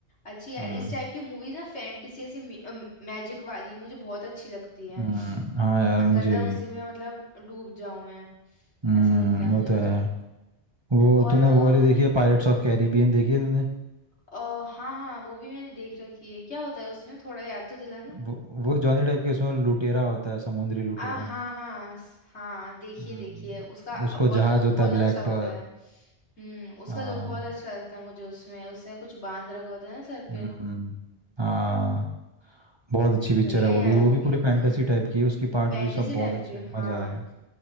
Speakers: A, on the left; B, on the right.
A: अच्छी यार
B: हम्म
A: इस टाइप की मूवीज ना फैंटेसी ऐसी मैजिक वाली मुझे बहुत अच्छी लगती है
B: हम्म, हाँ यार
A: मन करता
B: मुझे
A: है
B: भी
A: उसी में मतलब डूब जाऊं मैं
B: हम्म
A: ऐसा लगता है
B: वो
A: मुझे
B: तो
A: तो
B: है वो
A: और
B: तूने
A: अ,
B: वो वाली देखी है पायरेट्स ऑफ कैरिबियन देखी है तूने
A: अ, हाँ हाँ वो भी मैंने देख रखी है क्या होता है उसमें थोड़ा याद तो दिलाना
B: वो वो जॉनी डेप के उसमें वो लुटेरा होता है समुद्री लुटेरा
A: आ हाँ हाँ स- हाँ देखिए
B: हम्म,
A: देखिए उसका
B: उसको
A: बहुत
B: जहाज
A: लुक
B: होता
A: बहुत
B: है ब्लैक
A: अच्छा होता
B: पर्ल
A: है हम्म उसका
B: हाँ
A: लुक बहुत अच्छा लगता है मुझे उसमें उसने कुछ बांध रखा होता है ना सर
B: हम्म
A: पे
B: हाँ बहुत अच्छी पिक्चर
A: बढ़िया
B: है
A: है
B: वो
A: यार
B: भी वो
A: वो
B: भी
A: भी
B: पूरी
A: हम्म
B: फैंटेसी टाइप की है उसकी पार्ट्स
A: फैंटेसी
B: भी सब बहुत
A: टाइप
B: अच्छे
A: की
B: हैं
A: हाँ
B: मज़ा आएगा